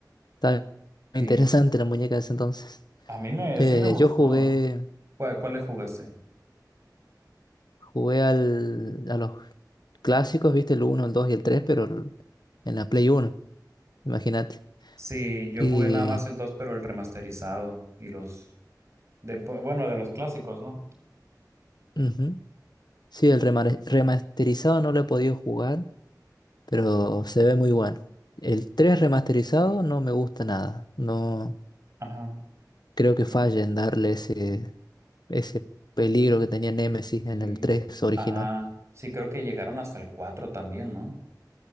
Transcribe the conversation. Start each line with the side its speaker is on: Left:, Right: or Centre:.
Left: estaba interesante
Right: Sí,
Left: la muñeca de ese entonces.
Right: A mí me,
Left: Eh,
Right: sí me gustó.
Left: yo jugué,
Right: ¿Cuál, cuál le jugaste?
Left: jugué al, a los clásicos, viste, el uno el 2 y el tres pero el- en la Play uno imagínate.
Right: Sí, yo
Left: Y
Right: jugué nada más el 2, pero el remasterizado y los... De, bueno, de los clásicos, ¿no?
Left: ujú. Sí, el remare- remasterizado no lo he podido jugar. pero se ve muy bueno. El 3 remasterizado
Right: Sí.
Left: no me gusta nada. No
Right: Ajá,
Left: creo que
Right: creo
Left: falle en darle ese, ese peligro que tenía Nemesis
Right: que
Left: en el
Right: sí.
Left: tres original.
Right: Ajá, sí, creo que llegaron hasta el 4 también, ¿no?